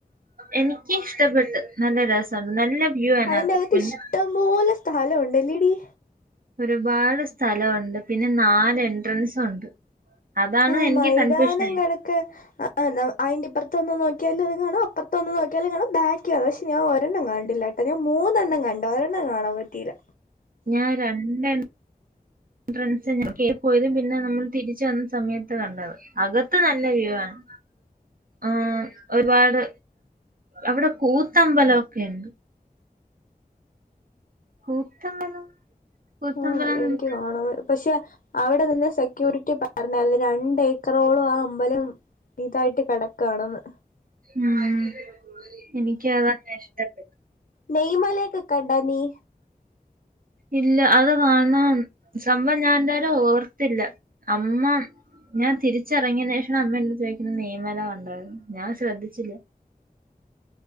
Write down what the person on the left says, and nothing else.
അയിന്റെ അകത്ത്
ഇഷ്ടം പോലെ സ്ഥലോണ്ട് ഇല്ലെടി?
ആഹ്
മൈതാനം
കെടക്കെ ആ നമ അയിന്റെ ഇപ്പുറത്തൊന്ന് നോ ക്ക്യാലുംത് കാണാം അപ്പറത്തൊന്ന്നോക്ക്യാലും കാണാം ബാക്കി അതെ പക്ഷേ ഞാ ഒരെണ്ണം കണ്ടില്ലാട്ടാ ഞാൻ മൂന്നണ്ണം കണ്ടൊരെണ്ണം കാണാൻ പറ്റീല്ല.
ആണല്ലേ
എനിക്ക് കാണണം പക്ഷെ. അവിടെ നിന്ന് സെക്യൂരിറ്റി പറഞ്ഞ് രണ്ട് ഏക്കറോളം ആ അമ്പലം ഇതായിട്ട് കിടക്കണെന്ന്.
നെയ്മലേക്ക് കണ്ട നീ.